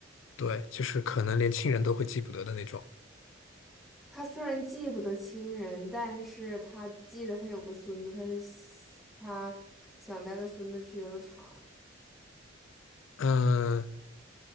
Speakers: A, on the left (about 70°); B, in the centre.
A: 对，就是可能连亲人都会记不得的那种。
B: 他虽然记不得亲人，但是他记得他有个孙子，他喜他想带他孙子去游乐场
A: 嗯，